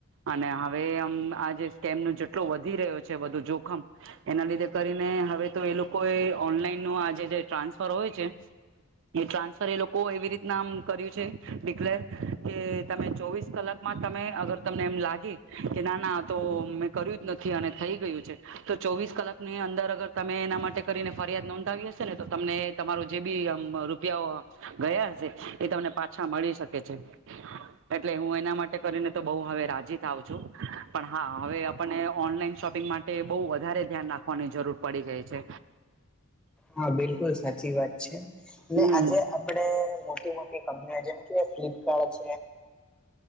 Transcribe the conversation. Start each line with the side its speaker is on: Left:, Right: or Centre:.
Right: અને હવે આમ આ જે સ્કેમ ન જેટલો વધી રહ્યો છે બુ જોખમ- એના લીધે કરીને હવે તો એ લોકો એ ઓનલાઈન ન આજે જે ટ્રાન્સફર હોય છે. એ ટ્રાન્સફર એ લોકો એવી રીતના આમ કર્યું છે ડિક્લેર કે તમે ચોવીસ કલાક માં તમે અગર તમને એમ લાગી કે ના ના તો મેં કર્યું જ નથી અને થઈ ગયું છે. તો ચોવીસ કલાક ની અંદર તમે એના માટે કરીને ફરિયાદ નોંધાવી હશે ને તો તમને તમારું જે બી આમ રૂપિયા ગયા હશે એ તમને પાછા મળી શકે છે. એટલે હું એના માટે કરીને તો બહ હવે રાજી થ આવું છું. પણ હા હવે આપને ઓનલાઈન શોપિંગ માટે બહુ વધારે ધ્યાન રાખવાની જરૂર પડી ગઈ છે.
Centre: હા બિલકુલ સાચી વાત છે.
Right: હમ
Centre: આજે આપણે મોટી મોટી કંપનીઓ જેમ કે ફ્લિપકાર્ટ